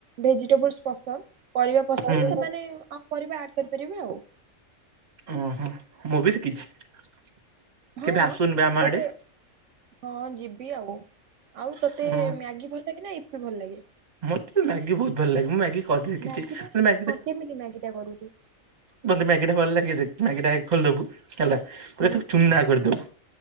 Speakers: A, on the right; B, on the right.
A: ଭେଜି ଟେବୁଲ୍ ପସନ୍ଦ ପରିବା ପସନ୍ଦ
B: ହୁଁ
A: ସେମାନେ ଆଉ ପରିବା ଆଡ କରିପାରିବେ ଆଉ।
B: ଓହୋ ମୁଁ ବି ଶିକ୍ କିଛି
A: ହଁ।
B: କେବେ ଆସୁନୁ ବେ ଆମ
A: ତତେ
B: ଆଡେ।
A: ହଁ ଯିବି ଆଉ। ଆଉ ତୋତେ
B: ଉଁ
A: ମ୍ୟାଗି ଭଲ ଲାଗେ ନା ଇପ୍ ଭଲ ଲାଗେ?
B: ମତେ ତ ମ୍ୟାଗି ବହୁତ ଭଲ ଲାଗେ ମୁଁ ମ୍ୟାଗି ଅଧିକ କିଛି
A: ମ୍ୟାଗି
B: <unintelligible> ମ୍ୟାଗି
A: ହଁ
B: ଟା
A: କେମିତି ମ୍ୟାଗି ଟା କରୁ ତୁ
B: ମୋତେ ମ୍ୟାଗିଟା ଭଲ ଲାଗେ ମ୍ୟାଗି ଟା ଆଗେ ଖୋଲିଦବୁ ହେଲା ତାପରେ
A: ହୁଁ।
B: ତାକୁ ଚୁନା କରିଦବୁ